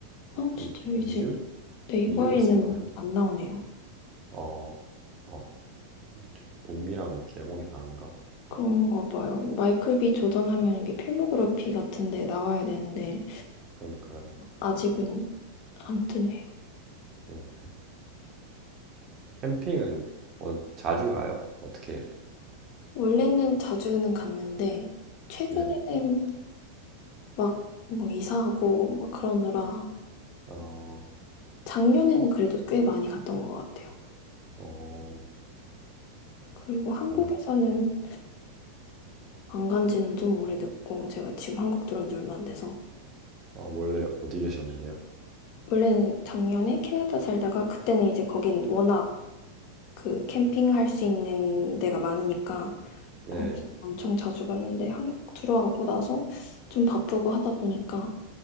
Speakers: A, on the left; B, on the right.
A: 어, 진짜요?
B: 한
A: 이제
B: 2주?
A: 네이버에는
B: 2주 됐을 거예요.
A: 안 나오네요.
B: 어, 어, 저 북미랑 개봉이 다른가?
A: 그런가 봐요. 마이클 비 조던 하면 여기 필모그래피 같은데 나와야 되는데
B: 그러니까요.
A: 아직은 안 뜨네요.
B: 어, 캠핑은 어, 자주 가요? 어떻게? 해요?
A: 원래는 자주는 갔는데 최근에는
B: 네.
A: 막 뭐 이사하고 막 그러느라
B: 어,
A: 작년에는 그래도 꽤 많이 갔던 것 같아요.
B: 어,
A: 그리고 한국에서는
B: 음,
A: 안 간 지는 좀 오래됐고 제가 지금 한국 들어온 지 얼마 안 돼서
B: 아, 원래 어디 계셨는데요?
A: 원래는 작년에 캐나다 살다가 그때는 이제 거긴 워낙 그 캠핑할 수 있는 데가 많으니까
B: 네,
A: 거기 엄청 자주 갔는데 한국 들어오고 나서 좀 바쁘고 하다 보니까